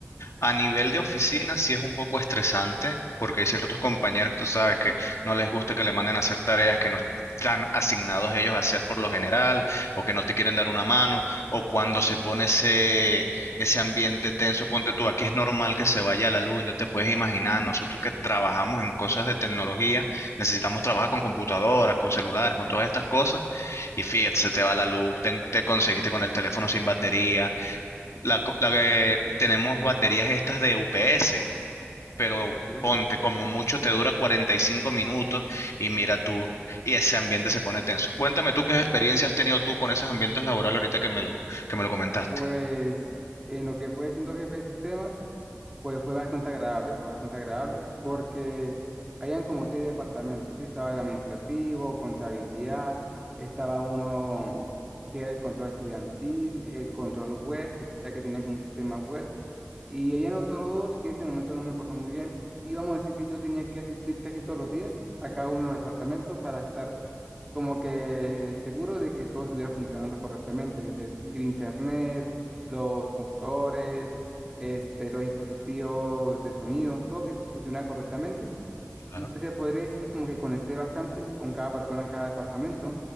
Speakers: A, on the left; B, on the right.
A: a nivel de oficina sí es un poco estresante porque hay ciertos compañeros, tú sabes, que no les gusta que le manden a hacer tareas que no están asignados ellos a hacer por lo general o que no te quieren dar una mano o cuando se pone ese, ese ambiente tenso, ponte tú, aquí es normal que se vaya la luz, entonces te puedes imaginar, nosotros que trabajamos en cosas de tecnología, necesitamos trabajar con computadoras, con celulares, con todas estas cosas y fíjate, se te va la luz, te, te conseguiste con el teléfono sin batería la, co- la que tenemos baterías estas de UPS, pero
B: ¿sí?
A: ponte, como mucho te dura 45 minutos y mira tú, y ese ambiente se pone tenso. Cuéntame tú qué experiencia has tenido tú con esos ambientes laborales ahorita que me lo, que me lo comentaste.
B: Pues en lo que fue siendo jefe de sistemas, Fue, fue bastante agradable, fue bastante agradable porque habían como seis departamentos, ¿sí? Estaba el administrativo, contabilidad, estaba uno que era el control estudiantil, el control web, ya que tenía como un sistema web, y habían otros dos que en este momento no me acuerdo muy bien. Y vamos a decir que yo tenía que asistir casi todos los días a cada uno de los departamentos para estar como que seguro de que todo estuviera funcionando correctamente, desde el, el internet, los computadores, este, los dispositivos de sonido, todo que funcionara correctamente.
A: Claro,
B: Y pues se podría decir que como que conecté bastante con cada persona en cada departamento.